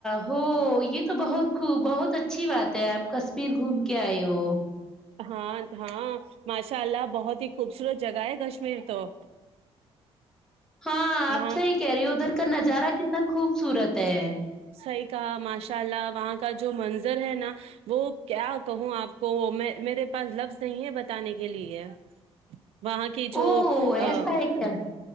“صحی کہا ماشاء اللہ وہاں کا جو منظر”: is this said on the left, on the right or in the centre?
Right